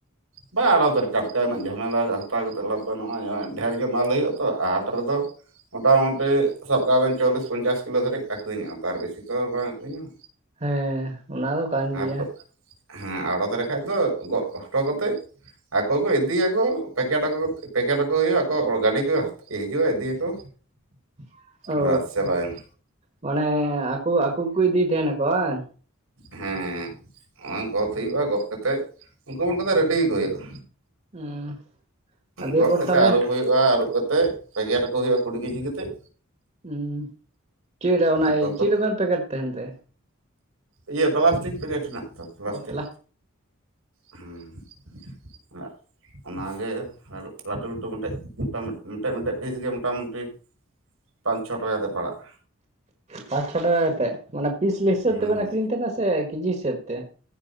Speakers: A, on the right; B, on the right.
A: ᱵᱟ ᱟᱲᱚᱛ ᱨᱮ ᱠᱟᱴᱠᱟ ᱨᱮᱱᱟᱜ ᱡᱷᱟᱢᱮᱞᱟ ᱠᱟᱛᱮᱫ ᱞᱯ ᱱᱚᱜᱼᱚᱭ ᱰᱷᱮᱨ ᱧᱚᱜ ᱢᱟᱞ ᱛᱚ ᱦᱟᱴ ᱨᱮᱫᱚ ᱢᱚᱴᱟ ᱢᱩᱴᱤ ᱥᱟᱵ ᱠᱟᱜᱵᱮᱱ ᱪᱚᱞᱞᱤᱥ ᱯᱚᱧᱪᱟᱥ ᱠᱤᱞᱳ ᱫᱷᱵᱤᱡ ᱟᱹᱠᱷᱨᱤᱧᱚᱜᱼᱟ ᱛᱟᱨ ᱵᱮᱥᱤᱚ ᱵᱟᱝ ᱟᱹᱠᱷᱨᱤᱧᱚᱜ ᱛᱟᱨ ᱵᱮᱥᱤ ᱛᱚ ᱵᱟᱝ ᱟᱹᱠᱷᱨᱤᱧᱚᱜᱼᱟ᱾
B: ᱦᱮᱸ ᱚᱱᱟ ᱫᱚ ᱠᱟᱱ ᱜᱮᱭᱟ
A: ᱟᱨ ᱦᱮᱸ ᱟᱲᱚᱛ ᱞᱮ ᱠᱷᱟᱱᱡ ᱫᱚ ᱜᱚᱫ ᱦᱚᱴᱚ ᱠᱟᱛᱮᱫ ᱤᱫᱤᱭᱟᱠᱚ ᱯᱮᱠᱮᱴ ᱟᱠᱚ ᱯᱮᱠᱮᱴ ᱟᱠᱚ ᱦᱩᱭᱩᱜᱼᱟ ᱟᱠᱚ ᱜᱟᱹᱰᱤ ᱠᱚ ᱦᱤᱡᱩᱜᱼᱟ ᱤᱫᱤᱭᱟᱠᱚ᱾
B: <unintelligible> ᱚ
A: ᱵᱟᱥ ᱪᱟᱵᱟᱭᱮᱱᱟ
B: ᱢᱟᱱᱮ ᱟᱠᱚ ᱟᱠᱚ ᱠᱚ ᱤᱫᱤᱭ ᱛᱟᱦᱮᱱᱟᱠᱚ ᱵᱟᱝ᱾
A: ᱦᱮᱸ ᱦᱚᱜ ᱚᱭ ᱜᱚᱫ ᱦᱳᱭᱳᱜᱼᱟ ᱜᱚᱫ ᱠᱟᱛᱮᱜ ᱩᱱᱠᱩ ᱵᱚᱞ ᱠᱟᱫᱟ ᱨᱮᱰᱤ ᱟᱹᱜᱩ ᱦᱳᱭᱳᱜᱼᱟ᱾
B: ᱦᱩᱸ ᱟᱫᱚ
A: ᱜᱚᱫ
B: ᱮᱨᱯᱚᱨ
A: ᱠᱟᱛᱮ
B: ᱛᱟᱦᱚᱞᱮ
A: ᱟᱹᱨᱩᱵ ᱦᱳᱭᱳᱜ ᱟ ᱟᱹᱨᱩᱵ ᱠᱟᱛᱮᱜ ᱯᱮᱠᱮᱴ ᱟᱠᱚ ᱦᱩᱭᱩᱜᱼᱟ ᱠᱩᱲᱤ ᱠᱮᱡᱤ ᱠᱟᱛᱮᱜ᱾
B: ᱦᱩᱸ ᱪᱮᱫ ᱨᱮ ᱚᱱᱟ
A: ᱟᱠᱚ ᱠᱚ
B: ᱪᱮᱫ ᱨᱮᱵᱮᱱ ᱯᱮᱠᱮᱴ ᱛᱟᱦᱮᱱ ᱛᱮ?
A: ᱤᱭᱟᱹ ᱯᱞᱟᱥᱴᱤᱠ ᱯᱮᱠᱮᱴ ᱦᱮ ᱛᱚ ᱯᱞᱟᱥᱴᱤᱠ᱾
B: ᱚ ᱯᱞᱟ
A: ᱦᱩᱸ᱾ ᱚᱱᱟ ᱜᱮ ᱞᱟᱹᱴᱩ ᱞᱟᱹᱴᱩ ᱢᱤᱫᱴᱮᱡ ᱢᱤᱫᱴᱮᱡ ᱢᱮᱴᱮᱱ ᱯᱤᱥ ᱜᱮ ᱢᱚᱴᱟᱢᱩᱴᱤ ᱯᱟᱸᱪ ᱪᱷᱚ ᱴᱟᱠᱟ ᱛᱮ ᱯᱟᱲᱟᱜᱼᱟ᱾
B: ᱯᱟᱸᱪ ᱪᱷᱚ ᱴᱟᱠᱟ ᱠᱟᱛᱮᱜ ᱢᱟᱱᱮ ᱦᱤᱥᱟᱹᱵ
A: ᱦᱩᱸ
B: ᱛᱮᱵᱮᱱ ᱟᱹᱠᱷᱨᱤᱧ ᱛᱟᱦᱮᱱᱟ ᱥᱮ ᱠᱮᱡᱤ ᱦᱤᱥᱟᱹᱵ ᱛᱮ?